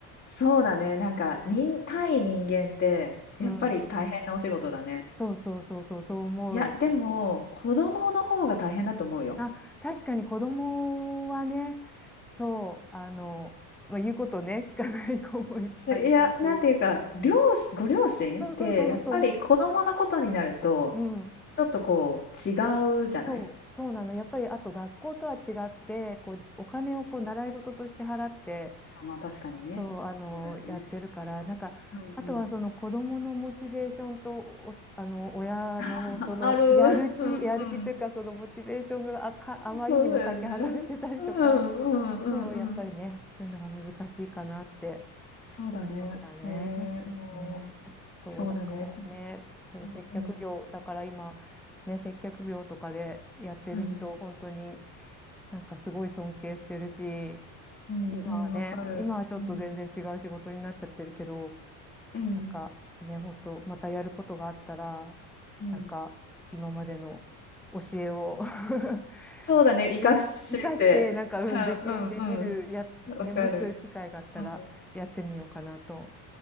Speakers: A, on the left (about 25°); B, in the centre.
A: そうだね。なんか、
B: ね。
A: 人、対人間って、やっぱり大変なお仕事だね。
B: うん。そうそうそうそう、そう思う。
A: いや、でも、子供の方が大変だと思うよ。
B: あ、確かに子供はね、そう、あの、まあ、言うことね、聞かない子もいっぱいいたし。
A: そういや、なんていうか、両親、ご両親って、
B: そうそうそうそうそう、
A: やっぱり子供のことになると、
B: うん。
A: ちょっとこう、違うじゃない
B: そう、そうなの。やっぱり、あと学校とは違って、こう、お金をこう習い事として払って、
A: あ、まあ確かにね。
B: そう、あの、
A: そうだよね。
B: やってるから、なんか、
A: うんうん。
B: あとはその子供のモチベーションと、お、あの、親のそのやる気、
A: <laughs> あある。<laughs> うんうん。
B: やる気というか、そのモチベーションがあか、あまりにもかけ離れてたりとか、
A: そうだよね。うんうんうんうん。
B: そう、やっぱりね、そういうのが難しいかなって。
A: そうだね。
B: そうだね。
A: ええ、もう、
B: ね。
A: そうだね。
B: そう、だからね、そう、
A: うんうん
B: 接客業、だから今、ね、接客業とかでやってる人、
A: うん。
B: 本当になんかすごい尊敬してるし、
A: うんうん、
B: 今はね、
A: わかる。
B: 今はちょっと全然違う仕事になっちゃってるけど、
A: うん。うん。
B: なんかね、本当またやることがあったら、
A: うん。
B: なんか今までの教えを <laughs>
A: そうだね、生かして。
B: ね、生かして、なんか、うん、でき、
A: うんうん
B: できる、や、
A: うん。わかる。
B: ね、もしそういう機会があったら、
A: うん。
B: やってみようかなと、